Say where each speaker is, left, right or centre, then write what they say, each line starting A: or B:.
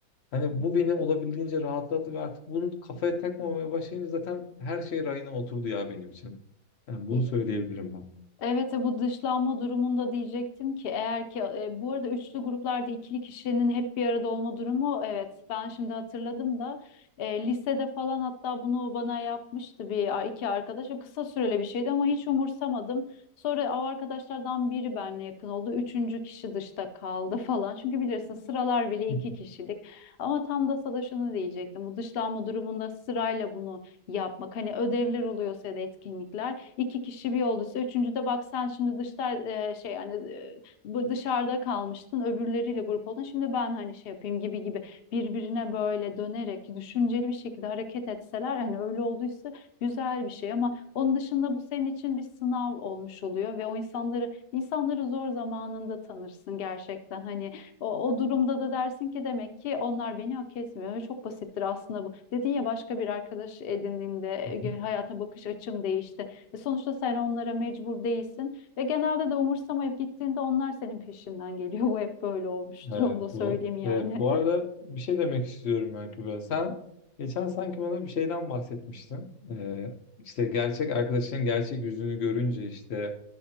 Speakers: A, on the left; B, on the left.
A: Hani bu beni olabildiğince rahatlattı ve artık bunu kafaya takmamaya başlayınca zaten her şey rayına oturdu ya benim için. Yani bunu
B: İ-
A: söyleyebilirim ben.
B: Evet e, bu dışlanma durumunda diyecektim ki eğer ki e, bu arada üçlü gruplarda ikili kişinin hep bir arada olma durumu evet ben şimdi hatırladım da e, lisede falan hatta bunu bana yapmıştı bir iki arkadaş O kısa süreli bir şeydi ama hiç umursamadım. Sonra o arkadaşlardan biri benimle yakın oldu. Üçüncü kişi dışta kaldı <laughs> falan. Çünkü bilirsin sıralar bile
A: <laughs>
B: iki kişilik. Ama tam da sana şunu diyecektim. Bu dışlanma durumunda sırayla bunu yapmak. Hani ödevler oluyorsa ya da etkinlikler iki kişi bir olduysa üçüncüde bak sen şimdi dışta e, şey yani e, bu dışarıda kalmıştın öbürleriyle grup oldun şimdi ben hani şey yapayım gibi gibi birbirine böyle dönerek düşünceli bir şekilde hareket etseler hani öyle olduysa güzel bir şey ama onun dışında bu senin için bir sınav olmuş oluyor ve o insanları insanları zor zamanında tanırsın gerçekten hani o, o durumda da dersin ki demek ki onlar beni hak etmiyor. Öyle Çok basittir aslında bu. Dedin ya başka bir arkadaş edindiğinde
A: Hı hı.
B: e, hayata bakış açım değişti. E, sonuçta sen onlara mecbur değilsin ve genelde de umursamayıp gittiğinde onlar senin peşinden geliyor. <laughs> Bu hep böyle olmuştur
A: Evet
B: onu da söyleyeyim
A: bu.
B: yani.
A: e, bu arada bir şey demek istiyorum ben Kübra. Sen geçen sanki bana bir şeyden bahsetmiştin. E, işte gerçek arkadaşının gerçek yüzünü görünce işte